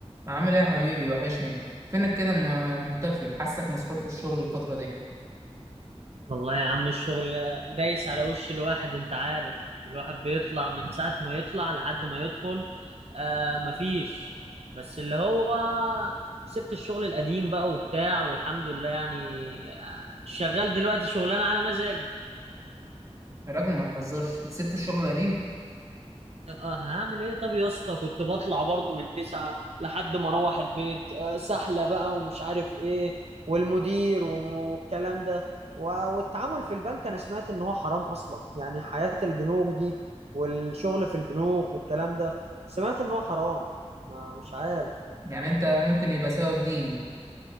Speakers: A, on the right; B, on the right.
A: عامل ايه يا حبيبي وحشني فينك كده م- مختفي حاسك مسحول في الشغل الفترة دي
B: والله يا عم الشغل دايس على وش الواحد انت عارف الواحد بيطلع من ساعة ما يطلع لحد ما يدخل آه مفيش بس اللي هو سبت الشغل القديم بقى وبتاع والحمد لله يعني آه، شغال دلوقتي شغلانة على مزاجي
A: يا راجل ما تهزرش سبت الشغل القديم
B: اه آه، هعمل ايه طب يا اسطى كنت بطلع برضو من تسعة لحد ما اروح البيت آه، سحلة بقى ومش عارف ايه والمدير وم- والكلام ده و- والتعامل في البنك انا سمعت ان هو حرام اصلا يعني حياة البنوك دي والشغل في البنوك والكلام ده سمعت ان هو حرام ما مش عارف
A: يعني انت ممكن يبقى سبب ديني